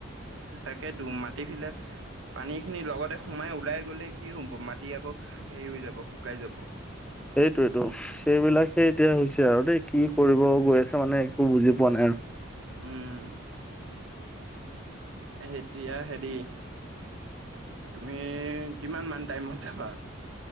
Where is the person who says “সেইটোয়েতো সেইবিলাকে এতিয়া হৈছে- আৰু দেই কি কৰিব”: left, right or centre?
Centre